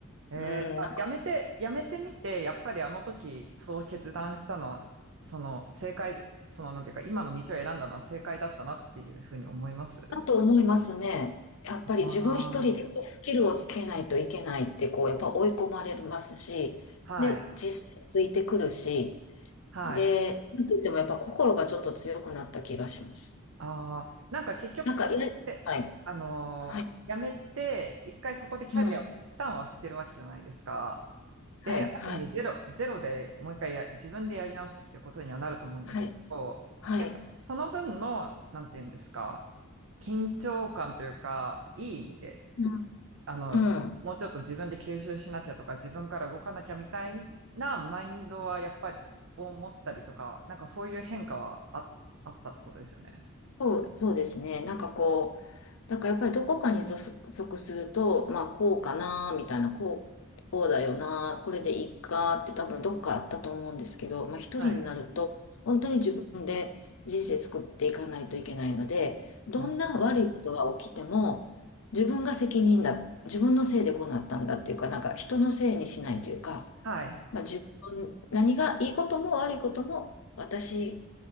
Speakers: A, on the right; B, on the left.
A: えー、
B: うん、
A: じゃあやめて、
B: なんか、
A: やめてみて、やっぱりあの時、そう決断したのは、その正解、そのなんていうか、今の道を選んだのは正解だったなっていうふうに思います
B: だと思いますね。やっぱり自分一人でこうスキルをつけないといけないって、
A: ああ
B: こう、やっぱ追い込まれますし、
A: はい、
B: で、実際ついてくるし、
A: はい。
B: で、なんといってもやっぱ心がちょっと強くなった気がします。
A: ああ、なんか結局それって、
B: なんか、いや、はい、
A: あのーやめて、
B: はい、
A: 一回そこでキャリアを一旦は捨てるわけじゃないですか。
B: うん、はい、
A: で、ある意味ゼロ、
B: はい、
A: ゼロでもう一回や自分でやり直すっていうことにはなると思うんですけど、
B: はい、はい、
A: やっぱその分の、なんていうんですか、緊張感というか、いい意味で、
B: うん、
A: あの、
B: うん
A: もうちょっと自分で吸収しなきゃとか、自分から動かなきゃみたいなマインドはやっぱり、を持ったりとか、なんかそういう変化はあ、あったってことですよね。
B: そう、そうですね。なんかこう、だからやっぱりどこかに属属すると、まあこうかな、みたいな、こう、こうだよな、これでいいかって多分どっかあったと思うんですけど、まあ一人になると、
A: はい。い
B: 本当に自分で人生作っていかないといけないので、どんな悪いことが起きても、
A: や、そうですね。
B: 自分が責任だ、自分のせいでこうなったんだっていうか、なんか人のせいにしないというか、
A: はい。
B: まあ自分、何がいいことも悪いことも、私